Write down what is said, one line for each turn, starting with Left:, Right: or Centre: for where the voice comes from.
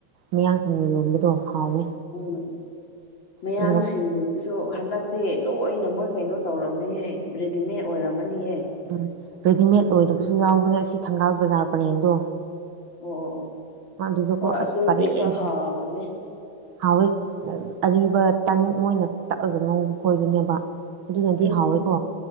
Right: ꯃꯌꯥꯡꯁꯤꯡꯅ ꯌꯣꯟꯕꯗꯣ ꯍꯥꯎꯋꯦ
Left: ꯎꯝ ꯎꯝ ꯃꯌꯥꯡꯁꯤꯡꯕꯨ
Right: ꯑꯗꯨꯒ
Left: ꯁꯤꯁꯨ ꯍꯟꯗꯛꯇꯤ ꯂꯣꯏꯅ ꯃꯣꯏ ꯀꯩꯅꯣ ꯇꯧꯔꯝꯅꯤꯍꯦ ꯔꯦꯗꯤꯃꯦꯗ ꯑꯣꯏꯔꯝꯃꯅꯤꯍꯦ
Right: ꯎꯝ ꯔꯦꯗꯤꯃꯦꯗ ꯑꯣꯏꯗꯕꯁꯨ ꯌꯥꯎꯕꯅꯦ ꯑꯁꯤ ꯊꯪꯒꯥꯜ ꯕꯖꯥꯔ ꯄꯔꯦꯡꯗꯣ
Left: ꯑꯣ ꯑꯣ ꯑꯣ
Right: ꯑꯗꯨꯗꯀꯣ
Left: ꯍꯣꯏ
Right: ꯑꯁ
Left: ꯑꯗꯨꯗꯤ
Right: ꯐꯔꯦꯁ
Left: ꯈꯔ ꯍꯥꯎꯔꯝꯒꯅꯤ
Right: ꯍꯥꯎꯋꯦ ꯑꯔꯤꯕ ꯇꯟ ꯃꯣꯏꯅ ꯇꯛꯑꯒ ꯉꯧꯕ ꯈꯣꯏꯗꯣꯏꯅꯦꯕ ꯑꯗꯨꯅꯗꯤ
Left: ꯎꯝ
Right: ꯍꯥꯎꯋꯦꯀꯣ